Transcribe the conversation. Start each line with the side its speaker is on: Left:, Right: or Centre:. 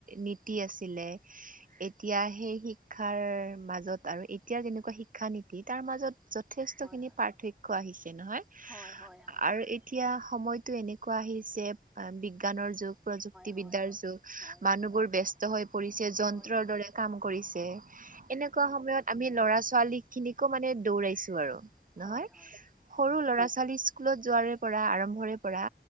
Right: নীতি আছিলে।
Centre: হয়
Right: এতিয়া সেই শিক্ষাৰ মাজত আৰু এতিয়া যেনেকুৱা শিক্ষা নীতি, তাৰ মাজত- যথেষ্ট
Centre: হয়
Right: খিনি
Centre: হয়
Right: পাৰ্থক্য আহিছে নহয়
Centre: হয় হয় হয় হয়
Right: আৰু- এতিয়া সময়টো এনেকুৱা আহিছে। বিজ্ঞানৰ যুগ, প্ৰযুক্তিবিদ্যাৰ
Centre: হয় হয়
Right: যুগ।
Centre: হয়
Right: মানুহবোৰ
Centre: হয়
Right: ব্যস্ত হৈ পৰিছে যন্ত্ৰৰ
Centre: হয় হয় হয়
Right: দৰে। কাম কৰিছে, এনেকুৱা সময়ত আমি ল'ৰা-ছোৱালী খিনিকো মানে দৌৰাইছোঁ আৰু।
Centre: হয়
Right: নহয়,
Centre: হয় হয় হয় হয় হয়
Right: সৰু ল'ৰা-ছোৱালী স্কুলত যোৱাৰে পৰা, আৰম্ভৰে পৰা